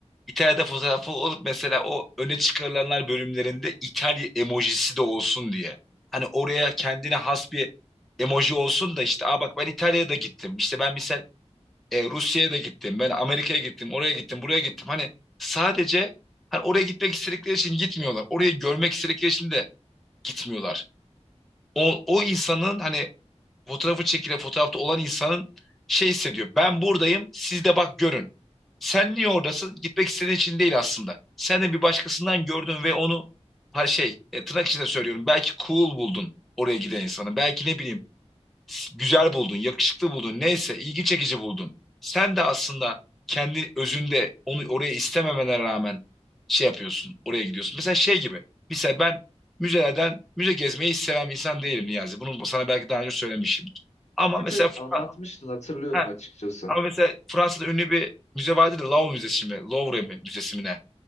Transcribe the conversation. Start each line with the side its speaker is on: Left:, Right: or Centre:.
Centre: İtalya'da fotoğrafı olup mesela o öne çıkarılanlar bölümlerinde İtalya emojisi de olsun diye. Hani oraya kendine has bir emoji olsun da işte aa bak ben İtalya'da gittim. İşte ben misal e, Rusya'ya da gittim. Ben Amerika'ya gittim. Oraya gittim. Buraya gittim. Hani sadece hani oraya gitmek istedikleri için gitmiyorlar. Orayı görmek istedikleri için de gitmiyorlar. O, o insanın hani fotoğrafı çekilen fotoğrafta olan insanın şey hissediyor. Ben buradayım, siz de bak görün. Sen niye oradasın? Gitmek istediğin için değil aslında. Sen de bir başkasından gördün ve onu ha şey e, tırnak içinde söylüyorum. Belki cool buldun oraya giden insanı. Belki ne bileyim güzel buldun, yakışıklı buldun, neyse ilgi çekici buldun. Sen de aslında kendi özünde onu oraya istememene rağmen şey yapıyorsun, oraya gidiyorsun. Mesela şey gibi, mesela ben müzelerden müze gezmeyi hiç seven bir insan değilim Niyazi. Bunu sana belki daha önce söylemişimdir. Ama mesela,
Left: Evet
Centre: Fra-
Left: anlatmıştın hatırlıyorum
Centre: ha,
Left: açıkçası.
Centre: ama mesela Fransa'da ünlü bir müze vardı da Louvre Müzesi mi, Louvre mi, Müzesi mi ne?